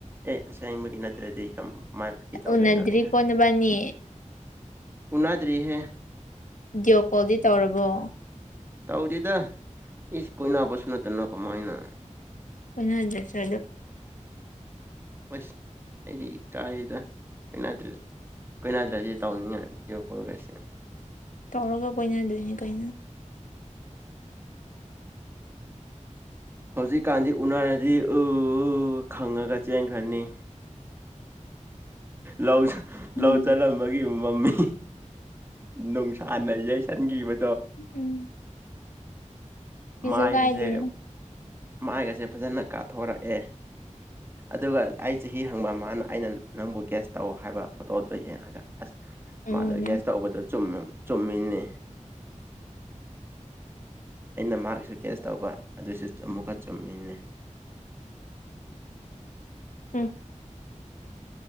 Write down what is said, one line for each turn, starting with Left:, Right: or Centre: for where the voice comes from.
Right: ꯑꯦ ꯑꯁꯦꯡꯕꯒꯤ ꯅꯠꯇ꯭ꯔꯗꯤ ꯀꯝ ꯀꯃꯥꯏ ꯐꯥꯒꯤ ꯇꯧꯗꯣꯏꯅꯣ
Left: ꯎꯅꯗ꯭ꯔꯤꯀꯣ
Right: ꯑꯩꯅ ꯍꯥꯏ
Left: ꯅꯕꯥꯅꯤ
Right: ꯎꯅꯗ꯭ꯔꯤ ꯍꯦ
Left: ꯚꯗꯤꯑꯣ ꯀꯣꯜꯗꯤ ꯇꯧꯔꯕꯣ
Right: ꯇꯧꯗꯦꯗ ꯏꯁ ꯀꯣꯏꯅꯥꯕꯁꯨ ꯅꯠꯇꯅ ꯀꯃꯥꯏꯅ
Left: ꯀꯣꯢꯅꯗꯗ꯭ꯔꯥꯁꯨ
Right: ꯑꯁ ꯑꯩꯗꯤ ꯀꯥꯏꯌꯦꯗ ꯀꯣꯢꯅꯗ꯭ꯔ ꯀꯣꯏꯅꯥꯗ꯭ꯔꯁꯤ ꯇꯧꯅꯤꯉ ꯍꯥꯏ ꯚꯤꯗꯤꯌꯣ ꯀꯣꯜꯒꯁꯦ
Left: ꯇꯧꯔꯒ ꯀꯣꯢꯅ ꯗꯨꯏꯅꯤ ꯀꯩꯅꯣ
Right: ꯍꯧꯖꯤꯛꯀꯥꯟꯗꯤ ꯎꯅꯔꯗꯤ ꯎ ꯎ ꯈꯪꯉꯒ ꯆꯦꯟꯈ꯭ꯔꯅꯤ ꯂꯧ
Left: ꯎꯝ
Right: ꯂꯧ ꯆꯠꯂꯝꯕꯒꯤ ꯃꯃꯤ ꯅꯨꯡꯁꯥꯅ ꯌꯩꯁꯟꯈꯤꯕ
Left: ꯎꯝ ꯀꯤꯁꯨ
Right: ꯃꯥꯏꯕꯁꯦ
Left: ꯀꯥꯏꯗꯦꯅꯦ
Right: ꯃꯥꯏꯒꯁꯦ ꯐꯖꯅ ꯀꯥꯊꯣꯔꯛꯑꯦ ꯑꯗꯨꯒ ꯑꯩ ꯆꯍꯤ ꯈꯪꯕ ꯃꯥꯅ ꯑꯩꯅ ꯅꯪꯕꯨ ꯒ꯭ꯌꯥꯁ ꯇꯧ ꯍꯥꯏꯕ ꯐꯣꯇꯣꯗꯣ ꯌꯦꯡꯉꯒ ꯑꯁ
Left: ꯎꯝ
Right: ꯃꯥꯗꯣ ꯒ꯭ꯌꯥꯁ ꯇꯧꯕꯗ ꯆꯨꯝꯃꯦ ꯆꯨꯝꯃꯤꯅꯦ ꯑꯩꯅ ꯃꯥꯒꯤꯁꯨ ꯀꯦꯁ ꯇꯧꯕ ꯑꯗꯨꯁꯨ ꯑꯃꯨꯛꯀ ꯆꯨꯝꯃꯤꯅꯦ
Left: ꯎꯝ